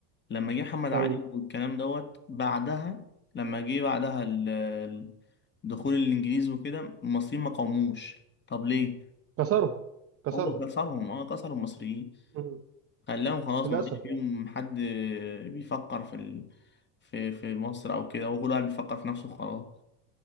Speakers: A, on the left (about 20°); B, on the right (about 30°).
A: لما جه محمد علي
B: ايوه
A: والكلام دوت بعدها لما جه بعدها ال- ال- دخول الإنجليز وكده المصريين ما قاوموش طب ليه؟
B: كسرهم كسرهم
A: هو كسرهم اه كسر المصريين
B: مم.
A: خلاهم خلاص
B: للاسف
A: ما بقاش فيهم
B: يعني
A: حد بيفكر في ال... في في مصر او كده وكل واحد بيفكر في نفسه خلاص